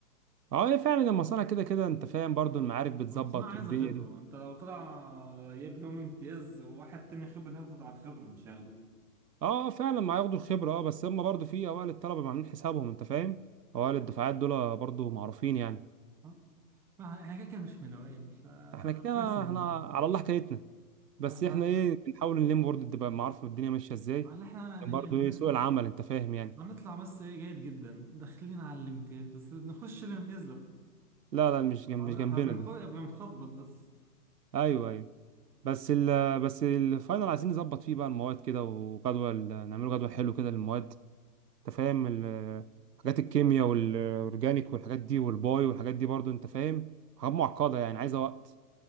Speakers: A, on the right; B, in the centre.
A: اه هي فعلا المصانع كده كده انت فاهم برضو المعارف بتظبط
B: المصنع عايزة
A: والدنيا
B: خبرة
A: دي
B: ما انت لو طلع جايب لهم امتياز وواحد تاني خبرة ياخده على الخبرة مش هياخدوه
A: اه فعلا ما هياخدوا الخبره اه بس هم برضو في اوائل الطلبه ما عاملين حسابهم انت فاهم اوائل الدفعات دول برضو معروفين يعني
B: آه. ما احنا كده كده مش من الاوائل فربنا
A: احنا كده
B: يسهل
A: احنا على الله حكايتنا بس
B: اه
A: احنا
B: ما
A: ايه بنحاول نلم برضو تبقى معارف الدنيا ماشيه ازاي
B: ما احنا
A: كان برضو
B: يعني ن-
A: ايه سوق العمل انت فاهم يعني
B: هنطلع بس ايه جيد جدا داخلين على الامتياز بس نخش الامتياز لا
A: لا لا مش جنب
B: طبعاً
A: مش جنبنا
B: احنا بنخ...
A: ده
B: بنخبط بس
A: ايوه ايوه بس ال بس الفاينل عايزين نظبط فيه بقى المواد كده وجدول نعمله جدول حلو كده للمواد انت فاهم ال- حاجات الكيمياء والاورجانيك والحاجات دي والباي والحاجات دي برضو انت فاهم حاجات معقده يعني عايزه وقت